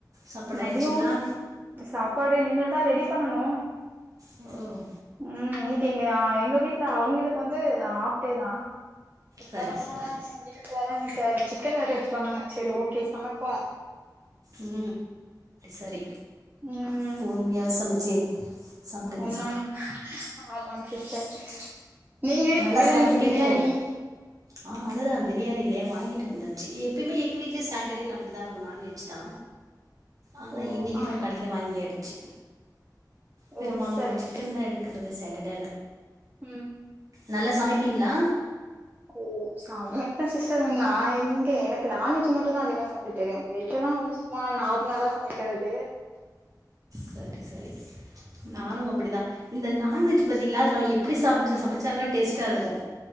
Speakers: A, on the right (about 55°); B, on the right (about 25°).
A: சாப்பாடு
B: மதியோ
A: ஆயிடுச்சுங்களா
B: சாப்பாடு இனிமேல் தா ரெடி பண்ணனு
A: உ
B: உ இன்னைக்கு எங்கே ஆ எங்க வீட்டுல அவிங்களுக்கு வந்து ஆப்டே தா
A: சரி
B: வறாங்க
A: சரி
B: வறாங்க வீட்டுக்கு வறாங்கே சிக்கன் வேற எடுத்துட் வந்தாங்க சேரி ஓகே சமப்போ
A: உ சரி
B: ம்
A: போர்மயா சமச்சி சாப்டுகலா
B: ஆமாங்க ஆமாங்க சிஸ்டர் நீங்க இங்கதா
A: நல்லா சமைப்பிங்கலோ
B: இன்னைக்கு பிரியாணி
A: ஆ அதுதா பிரியாணிலயே வாங்கிட்டு வந்தச்சு எப்பயுமே எங்க வீட்டுல சேட்டடேல அப்டிதா இருக்கு நான்வெஜ் சுதா ஆனா
B: ஓ
A: இன்னைக்குதா
B: ஆ
A: கடய்ல வாங்கியாச்சு பெரும்பாலு
B: ஓ சரிங்க
A: வந்து சிக்கன் தா எடுக்கிறது ஸேட்டடே
B: உ
A: நல்லா சமைப்பிங்களா
B: ஓ சமைப்பே சிஸ்டர் ந எங்க எனக்கு நான்வெஜ் மட்டும்தா அதிகமா சமைக்கதெரியு வெஜ் எல்லா வந்து சும்மா நார்முள்ளா தா சமைக்கிறது
A: சரி சரி நானும் அப்டித்தா இந்த நான்வெஜ் பாத்தீங்களா அதுல நம்ம எப் எப்டி சாப்பு சமைச்சாலுமே டேஸ்ட்டா இருக்கு